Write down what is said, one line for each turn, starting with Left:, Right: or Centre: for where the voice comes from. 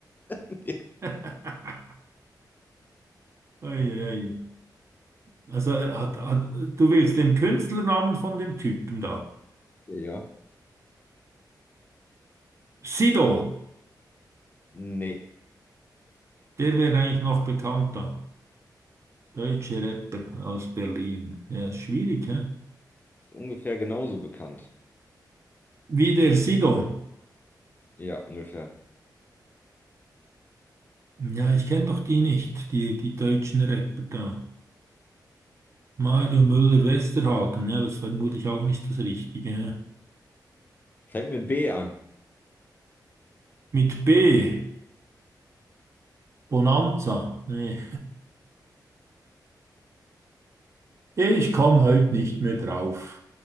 Left: <laughs>
Right: <laughs> Eieiei. Also äh, hat, hat, du willst den Künstlernamen von dem Typen da.
Left: Ja.
Right: Sido.
Left: Ne.
Right: Der wäre eigentlich noch bekannter. Deutscher Rapper aus Berlin. Ja, ist schwierig, hä?
Left: Ungefähr genauso bekannt.
Right: Wie der Sido.
Left: Ja, ungefähr.
Right: Ja, ich kenne doch die nicht, die, die deutschen Rapper da. Mario Müller-Westernhagen. Ja, das war vermutlich auch nicht das Richtige, hä?
Left: Fängt mit B an.
Right: Mit B, Bonanza. Nee. Ich komme heute nicht mehr drauf.